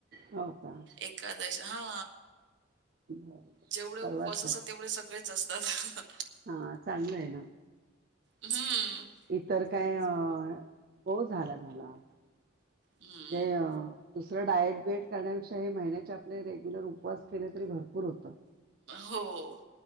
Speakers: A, on the right (about 50°); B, on the right (about 70°).
A: हो का
B: एकादशी हा
A: बरोबर
B: जेवढे उपवास
A: परवाच
B: असतात तेवढे सगळेच असतात.
A: हां चांगलं आहे ना
B: हम्म
A: इतर काय अ हो झाला झाला म्हणजे
B: हं.
A: अ दुसरं डाएट बेट करण्यापेक्षा हे महिन्याचे आपले रेग्युलर उपवास केले तरी भरपूर होतं
B: हो